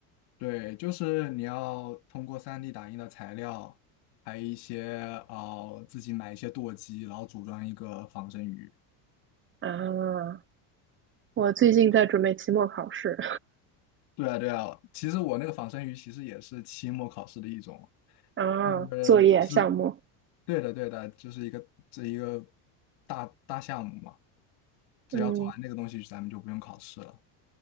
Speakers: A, on the left; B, on the right.
A: 对，就是你要通过三 d 打印的材料，还有一些呃自己买一些舵机，然后组装一个仿生鱼。
B: 啊，我最近在准备期末考试
A: 对啊，对啊。其实我那个仿生鱼其实也是期末考试的一种，
B: <laughs> 啊，
A: 呃，
B: 作业项目。
A: 是对的，对的，就是一个这一个大大项目嘛。只要做完那个东西，
B: 嗯
A: 咱们就不用考试了。